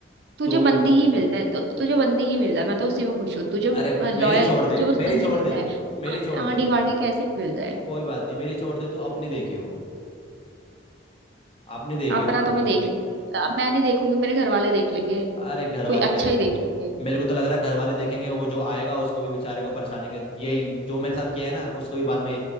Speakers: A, on the right (about 60°); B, on the left (about 30°).
A: तुझे
B: तो
A: बंदी
B: भी
A: ही मिल जाए तो तुझे बंदी ही मिल जाए मैं तो उसी में खुश हूँ तुझे
B: अरे मेरी
A: लॉयल
B: छोड़
A: तुझे
B: दे
A: बस
B: मेरी
A: बंदी
B: छोड़
A: मिल
B: दे
A: जाए
B: मेरी
A: आ-
B: छोड़ दे
A: आंडी वांडी कैसी मिल जाए
B: कोई बात नहीं मेरी छोड़ दे तू अपनी देखियो अपनी देखियो
A: अपना
B: तू
A: तो मैं देख लूंगी। अ, मैं नहीं देखूंगी मेरे घर वाले देख लेंगे
B: अरे घर वाले
A: कोई अच्छा
B: क्या देखेंगे
A: ही देख लेंगे
B: मेरे को तो लग रहा है घर वाले देखेंगे वो जो आएगा उसको भी बेचारे को परेशानी के ये जो मेरे साथ किया है ना उसको भी बाद में